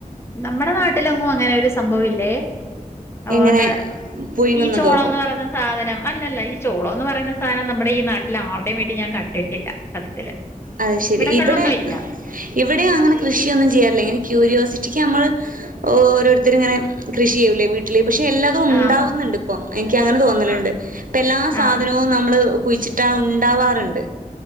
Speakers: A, on the left; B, on the right.
A: നമ്മുടെ നാട്ടിലൊങ്ങും അങ്ങനെ ഒരു സംഭവം ഇല്ലേ അതൊണ്ട്
B: എങ്ങനെ പുഴുങ്ങുന്നതോ
A: ഈ ചോളന്ന് പറയുന്നത് സാധനം അല്ല ഈ ചോളോ എന്ന് പറയുന്ന സാധനം നമ്മുടെ ഈ നാട്ടിൽ ആരുടെയും വീട്ടിൽ ഞാൻ കിട്ടില്ല സത്യത്തില്
B: അത് ശരി
A: ഇവിടങ്ങളൊന്നും
B: ഇവിടെ
A: ഇല്ല
B: ഇവിടെ അങ്ങനെ കൃഷിയൊന്നും ചെയ്യാറില്ല. ഇങ്ങനെ ക്യൂരിയോസിറ്റിക്ക് നമ്മൽ ഓരോരുത്തർ ഇങ്ങനെ കൃഷി ചെയ്യൂലേ പക്ഷെ എല്ലാം ഉണ്ടാവുന്നുണ്ട്
A: ആഹ്
B: ഇപ്പ എനിക്ക്ങ്ങനെ തോന്നലണ്ട്
A: ആഹ്
B: എല്ലാ സാധനവും
A: ആഹ്
B: നമ്മള് കുഴിച്ചിട്ടാ ഉണ്ടാവാറുണ്ട്.